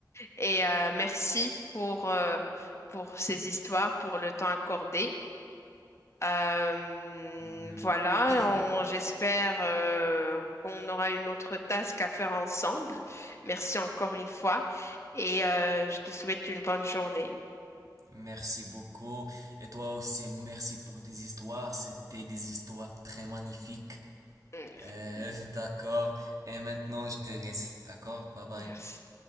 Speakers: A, on the left; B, on the right.
A: Et euh, merci pour, euh, pour ces histoires, pour le temps accordé. Euh,
B: Mhm.
A: voilà,
B: <coughs>
A: on- j'espère euh, qu'on aura une autre task à faire ensemble. Merci encore une fois et euh, je te souhaite une bonne journée.
B: Merci beaucoup. Et toi aussi, merci pour tes histoires. C'était des histoires très magnifiques.
A: Merci.
B: Euh, <laughs> d'accord. Et maintenant, je te laisse. D'accord? Bye bye.
A: Merci.